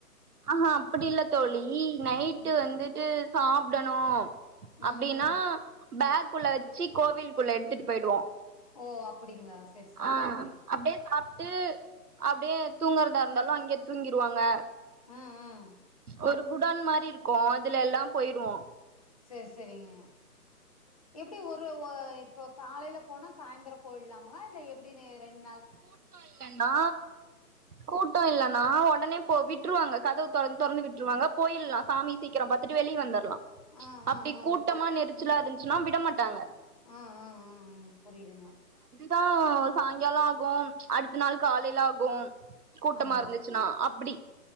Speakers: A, on the right (about 65°); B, on the left (about 25°).
A: ஆஹா அப்டி இல்ல தோழி இ நைட்டு
B: ம்
A: வந்துட்டு சாப்டணும் அப்டின்னா
B: ம் ம்
A: டாக் குள்ள வச்சு கோவில்குள்ள எடுத்துட்டு போய்டுவோ
B: ஓ அப்டிங்களா செரி செரி
A: ஆ
B: செரி
A: அப்டே சாப்ட்டு அப்டியே தூங்கறதாயிருந்தாலும் அ தூங்கிருவாங்க
B: ம் ம்
A: ஒரு குடோன் மாரி இருக்கும் அதுல எல்லா போயிருவோம்
B: செர் செரிங்க எப்பிடி ஒரு ஒ இப்ப காலைல போனா சாய்ந்தர போய்லாங்களா இல்ல எப்பிடி நி ரெண்
A: கூட்டம் இல்லனா கூட்டம் இல்லனா ஒ உடனே போ விட்டுருவாங்க கதவு தொறந் தொறந்து விட்டுருவாங்க போயிருல்லா சாமி சீக்கிரம் பாத்துட்டு வெளிய் வந்தர்லா
B: ஆ
A: ச்
B: ஆ
A: அப்டி
B: ஆ
A: கூட்டமா நெறி சில்லா இருந்துச்ன்னா விட மாட்டாங்க
B: ஆ ஆ ஆ அ புரியுதுங்க
A: தா சாய்ங்காலம் ஆ கும் ச் அடுத்த நாள் காலைல ஆகும் கூட்டமா
B: ஆமா
A: இருந்துச்சுன்னா அப்பிடி